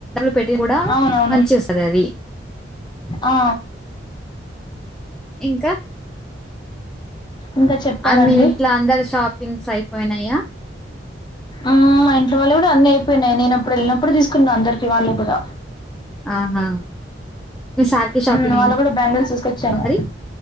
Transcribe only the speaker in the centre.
పెట్టి కూడా
పని చేస్తది అది
ఇంకా
ఆ మీ ఇంట్ల అందరి షాపింగ్స్ అయిపోయినయా
ఆహా మీ సార్కి
షాపింగ్
అయిందా
మరి